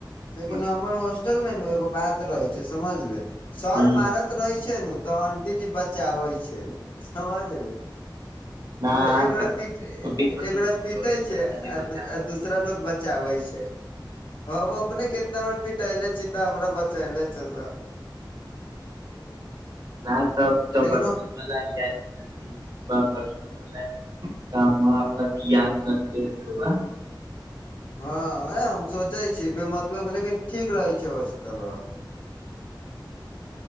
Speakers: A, on the left (about 90°); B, on the right (about 55°).
A: लेकिन
B: बस
A: हमर हॉस्टल मे ने एगो बात रहै छै समझली। सर
B: ह
A: मारत रहै छै नु तऽ आंटी जी बचाबै छै। समझली।
B: न
A: हाँ ते एकगोरा
B: तऽ
A: पीट,
B: छोटी छोटी
A: एकगोरा
B: रही
A: पीटै
B: वही
A: छै
B: आंटी जी
A: आ
B: बचाबै
A: दु आ
B: छै
A: दूसरा लोग बचाबै छै, ओ उहे अपने कतना बड़ा पी टे एले छी तऽ हमरा बचैले छै सब।
B: <unintelligible> तऽ उ तऽ
A: लेकिन
B: बचपन वला यार वह बचपन वला काम अपन याद करते रौउवा।
A: हाँ एह हम सोचै छी बे मतलब के, लेकिन ठीक रहै छै हॉस्टलबा। <unintelligible>